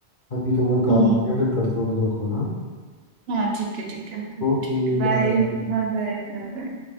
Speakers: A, on the left; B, on the right.
A: अभी तो मेरे को काम
B: हम्म
A: आ गया फिर करता हूँ मतलब कॉल हाँ
B: हाँ ठीक है ठीक है ओके
A: ओके
B: ठीक है बाय
A: बाय बाय
B: Bye bye बाय